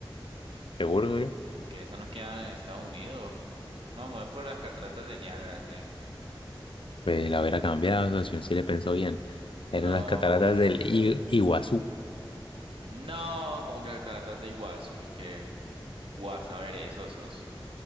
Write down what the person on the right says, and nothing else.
aunque eso no queda en Estados Unidos. No, me voy por las cataratas del Niágara, sí.
No,
no, como que las cataratas de Iguazú, yo qué voy a saber eso, socio.